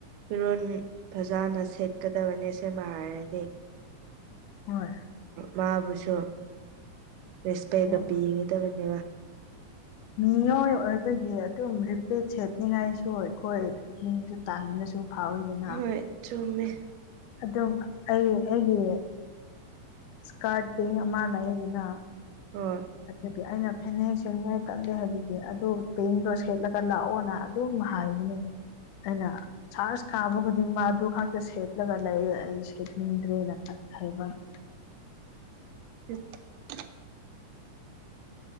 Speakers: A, on the right (about 85°); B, on the left (about 80°).
A: ꯐꯤꯔꯣꯜ ꯐꯖꯅ ꯁꯦꯠꯀꯗꯕꯅꯦ ꯁꯦꯝꯕ ꯍꯥꯏꯔꯒꯗꯤ
B: ꯍꯣꯏ
A: ꯃꯥꯕꯨꯁꯨ ꯔꯦꯁꯄꯦꯛꯇ
B: ꯍꯣꯏ
A: ꯄꯤꯒꯗꯕꯅꯦꯕ
B: ꯃꯤꯑꯣꯏ ꯑꯣꯏꯕꯒꯤ ꯑꯗꯨꯝ ꯔꯤꯄꯤꯠ ꯁꯦꯠꯅꯤꯡꯉꯥꯏꯁꯨ ꯑꯩꯈꯣꯏ ꯄꯨꯛꯅꯤꯡꯁꯨ ꯇꯥꯡꯅꯁꯨꯨꯝ ꯐꯥꯎꯋꯤꯗꯅ
A: ꯍꯣꯏ ꯆꯨꯝꯃꯦ
B: ꯑꯗꯨꯝ ꯑꯩ ꯑꯩꯒꯤ ꯏꯁꯀꯥꯔꯠ ꯄꯤꯡ ꯑꯃ ꯂꯩ ꯑꯗꯨꯅ
A: ꯍꯣꯢ
B: ꯑꯗꯨꯒꯤ ꯑꯩꯅ ꯐꯅꯦꯛ ꯁꯦꯅꯤꯡꯉꯥꯏ ꯇꯠꯂꯦ ꯍꯥꯏꯕꯒꯤ ꯑꯗꯨ ꯄꯦꯡꯗꯣ ꯁꯦꯠꯂꯒ ꯂꯥꯛꯑꯣꯅ ꯑꯗꯨꯝ ꯍꯥꯏꯕꯅꯦ ꯑꯩꯅ ꯆꯥꯔꯖ ꯀꯥꯕ ꯈꯨꯗꯤꯡꯃꯛ ꯑꯗꯨ ꯈꯛꯇ ꯁꯦꯠꯂꯒ ꯂꯩ ꯑꯩ ꯁꯦꯠꯅꯤꯡꯗ꯭ꯔꯦꯅ ꯍꯥꯏꯕ <inaudible>
A: <inaudible>